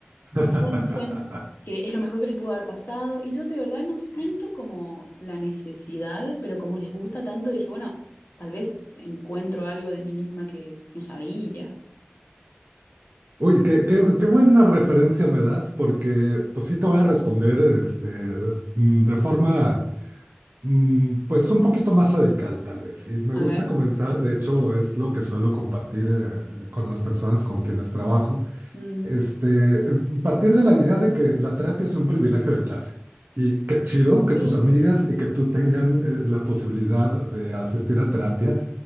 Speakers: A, on the right; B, on the left.
A: <laughs>
B: Y todas dicen que es lo mejor que les pudo haber pasado. Y yo de verdad no siento como la necesidad, pero como les gusta tanto, dije, bueno, tal vez encuentro algo de mí misma que no sabía.
A: Uy, qué, qué- qué buena referencia me das, porque pues sí te voy a responder este, mm, de forma mm, pues un poquito más radical tal vez. Y me
B: A
A: gusta
B: ver.
A: comenzar, de hecho es lo que suelo compartir eh, con las personas con quienes trabajo.
B: Ujú.
A: Este, em, partir de la idea de que la terapia es un privilegio de clase y qué chido
B: Ok.
A: que tus amigas y que tú tengan eh, la posibilidad de asistir a terapia.